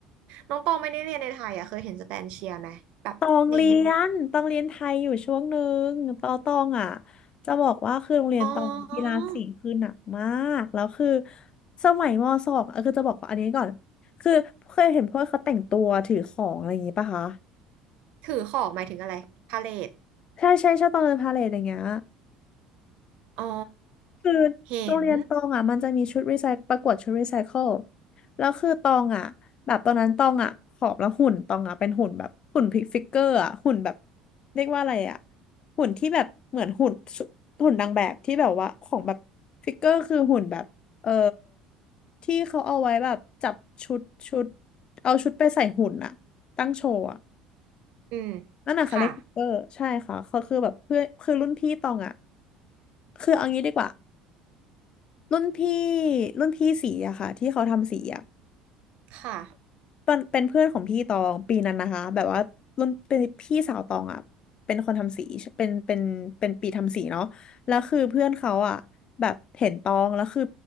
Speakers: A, on the right (about 65°); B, on the left (about 45°).
A: น้องตองไม่ได้เรียนในไทยอ่ะเคยเห็นสแตนเชียร์ไหมแบบใน
B: ตองเรียนตองเรียนไทยอยู่ช่วงหนึ่งตอตองอะจะบอกว่าคือโรงเรียนตองกีฬาสีคือหนักมากแล้วคือ
A: อ๋อ
B: สมัยมสองเออคือจะบอกว่าอันนี้ก่อนคือเคยเห็นพวกเขาแต่งตัวถือของอะไรอย่างงี้ปะคะ
A: ถือของหมายถึงอะไรพาเลท
B: ใช่ใช่ใช่ตองเดินพาเหรดอย่างเงี้ย
A: อ๋อ
B: คือ
A: เห็น
B: โรงเรียนตองอ่ะมันจะมีชุดรีไซประกวดชุดรีไซเคิลแล้วคือตองอ่ะแบบตอนนั้นตองอ่ะผอมแล้วหุ่นตองอ่ะเป็นหุ่นแบบหุ่นพิกฟิกเกอร์อ่ะหุ่นแบบเรียกว่าอะไรอ่ะหุ่นที่แบบเหมือนหุ่นสุหุ่นนางแบบที่แบบว่าของแบบฟิกเกอร์คือหุ่นแบบเออที่เขาเอาไว้แบบจับชุดชุดเอาชุดไปใส่หุ่นอ่ะตั้งโชว์อ่ะ
A: อืม
B: นั่นน่ะค่ะเรียกฟิกเกอร์ใช่ค่ะเขาคือแบบเพื่อนคือรุ่นพี่ตองอ่ะ
A: ค่ะ
B: คือเอางี้ดีกว่า รุ่นพี่รุ่นพี่สีอะค่ะที่เขาทำสีอะ
A: ค่ะ
B: เป็นเป็นเพื่อนของพี่ตองปีนั้นนะคะแบบว่ารุ่นเป็นพี่สาวตองอะเป็นคนทำสีเป็นเป็นเป็นปีทำสีเนาะแล้วคือเพื่อนเขาอะแบบเห็นตองแล้วคือ